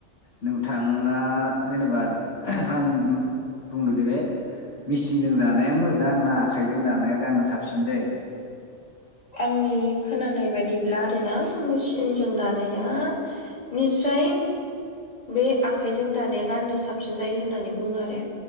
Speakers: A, on the left; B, on the left.
A: नोंथांङा जेनेबा आं बुंदोदे बे मेसिजों जानाया मोजां ना आखाइजों दानाया गाननो साबसिन जायो।
B: आंनि खोनानाय बायदिब्ला आरोना मेसिनजों दानाया निस्राय बे आखाइजों दानाया गाननो साबसिन जायो होननानै बुङो आरो।